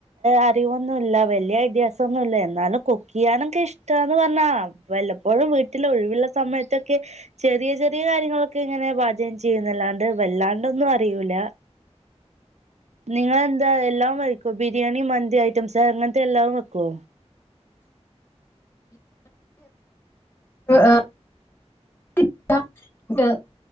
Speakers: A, on the right; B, on the left.
A: അറിവൊന്നുല്ല വലിയ ഐഡിയാസ് ന്നുല്ല എന്നാലും കുക്ക്യ്യാനൊക്കെ ഇഷ്ടന്ന് പറഞ്ഞാ വല്ലപ്പോഴും വീട്ടിലൊഴിവുള്ള സമയത്തൊക്കെ ചെറിയ ചെറിയ കാര്യങ്ങളൊക്കെ ഇങ്ങനെ പാചകം ചെയ്യുന്നല്ലാണ്ട് വല്ലാണ്ടൊന്നും അറിയൂല.
B: <inaudible>
A: നിങ്ങെൾ എന്താ എല്ലാം വയ്ക്കോ ബിരിയാണി മന്തി ഐറ്റംസ് അങ്ങനത്തെ എല്ലാം വെക്കോ?
B: ആഹ് <inaudible> <unintelligible>